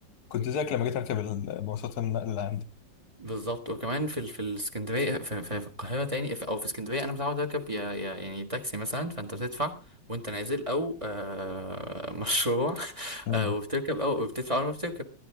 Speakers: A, on the left; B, on the right.
A: كنت زيك لما جيت اركب المواصلات النقل اللي عندي
B: بالظبط وكمان في ال- في الاسكندريه في, في, في القاهره تاني في او في اسكندريه انا متعود اركب يا يا يعني تاكسي مثلا فانت بتدفع وانت نازل او آه مشروع <laughs>
A: م.
B: آه وبتركب او بتدفع اول ما بتركب